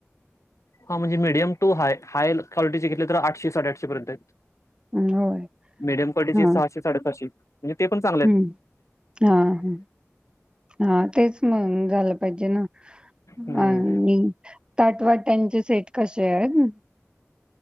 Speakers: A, on the left (about 70°); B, on the right (about 20°).
A: हा म्हणजे मिडियम टू हा हाय्वालिटीची घेतली तर आ शे साडेआठशे पर्यंत
B: हं, होय
A: मडियम क्वालीटी
B: हा
A: सहाशे साडेसशे म्हणजे पण चांग
B: हम्म हा हम. हा तेच मग झालं पाहिजे ना
A: हम्म
B: आणि ताटवाट्यांचे सेट कसे आहेत.